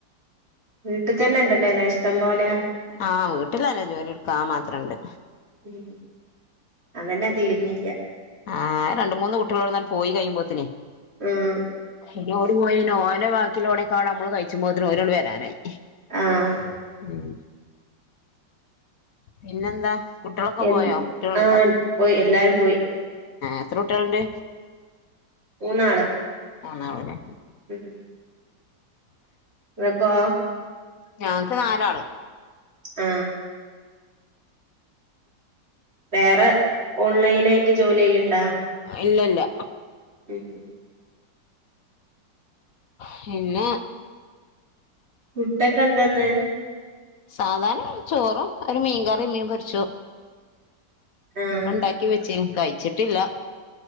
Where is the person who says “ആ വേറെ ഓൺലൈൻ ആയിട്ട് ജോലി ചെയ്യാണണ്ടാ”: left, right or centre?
Right